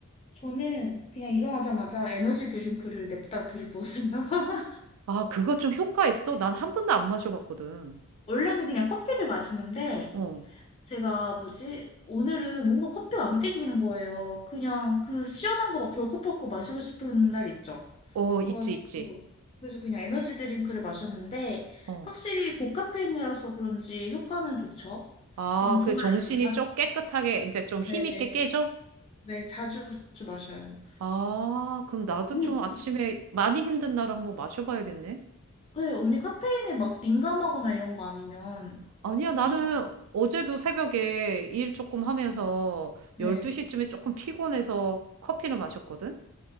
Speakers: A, on the left (about 25°); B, on the right (about 80°).
A: 저는 그냥 일어나자마자 에너지 드링크를 냅다 들이부었어요. <laughs>
B: 아, 그거 좀 효과 있어? 난 한 번도 안 마셔봤거든.
A: 원래는 그냥 커피를 마시는데
B: 어,
A: 제가 뭐지? 오늘은 뭔가 커피가 안 땡기는 거예요. 그냥 그 시원한 거 막 벌컥벌컥 마시고 싶은 날 있죠.
B: 어, 있지,
A: 그래가지고
B: 있지.
A: 그래서 그냥 에너지 드링크를 마셨는데
B: 어.
A: 확실히 고카페인이라서 그런지 효과는 좋죠.
B: 아,
A: 저는 좋아해요.
B: 그 정신이
A: 자,
B: 좀 깨끗하게, 이제 좀 힘있게
A: 네네.
B: 깨져?
A: 네, 네, 자주 자주 마셔요.
B: 아, 그럼 나도
A: 언니
B: 좀 아침에
A: 그,
B: 많이 힘든 날을 한번 마셔봐야겠네.
A: 네, 언니 카페인에 막 민감하거나 이런 거 아니면
B: 아니야, 나는
A: 괜찮아요.
B: 어제도 새벽에 일 조금 하면서
A: 네.
B: 12시쯤에 조금 피곤해서 커피를 마셨거든?